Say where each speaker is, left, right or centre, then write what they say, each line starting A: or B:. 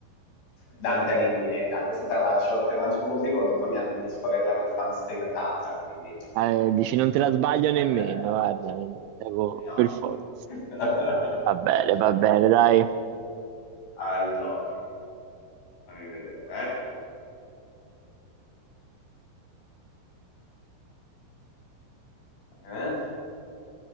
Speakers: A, on the left; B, on the right.
A: Dante Alighieri, dai, questa te la lascio, te la lancio proprio così, soprattutto mia, mia sorella è una fan sfegatata, quindi
B: Eh,
A: mm,
B: dici, non
A: non
B: te la
A: posso
B: sbaglio
A: sbagliare.
B: nemmeno, guarda, devo-
A: No,
B: per forza.
A: no. <laughs>
B: Va bene, va bene, dai.
A: Allora, fammi vedere. eh. Eh?